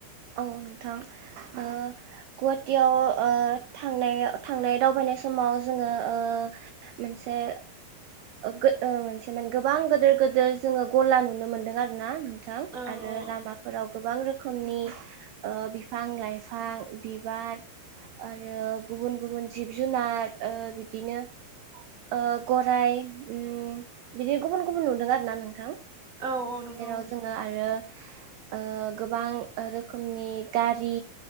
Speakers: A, on the right; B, on the right.
A: औ नोंथां ओ गुवाहाटीयाव ओ थांनाय-थांनाय दावबायनाय समाव जोङो ओ मोनसे <unintelligible> गोबां गोदोर गोदोर जोङो गला नुनो मोनदों आरो ना नोंथां
B: औ
A: आरो
B: औ
A: लामाफोराव गोबां रोख खोमनि ओ बिफां लाइफां बिबार आरो गुबुन गुबुन जिब जुनार ओ बिदिनो ओ गराय उम बिदि गुबुन गुबुन नुदों आरो ना नोंथां
B: औ औ नंगौ
A: जेराव जोङो आरो ओ गोबां ओ रोखोमनि गारि